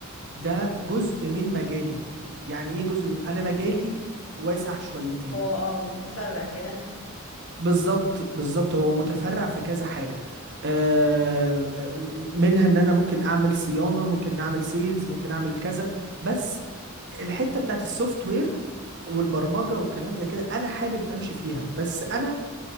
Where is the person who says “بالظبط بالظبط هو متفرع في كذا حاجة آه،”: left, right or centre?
Right